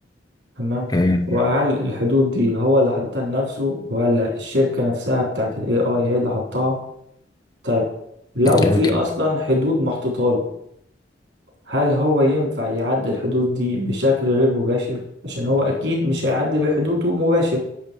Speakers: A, on the right; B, on the left.
A: تمام
B: مم،
A: وهل الحدود دي هو اللي حاططها لنفسه ولا الشركة نفسها بتاعت ال AI هي اللي حطها طيب لو
B: جميل
A: في
B: جدا
A: أصلا حدود محطوطة له هل هو ينفع يعدي الحدود دي بشكل غير مباشر عشان هو أكيد مش هيعدي بحدوده مباشر